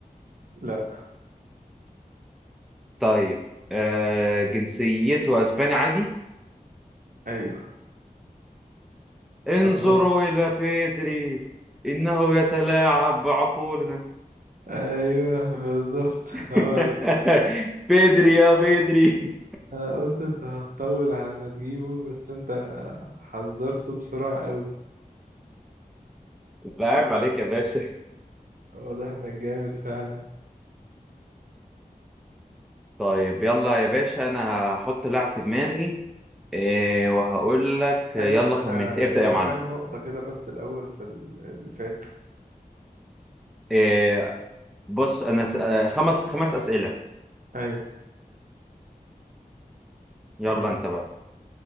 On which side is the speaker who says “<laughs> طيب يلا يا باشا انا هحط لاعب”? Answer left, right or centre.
Centre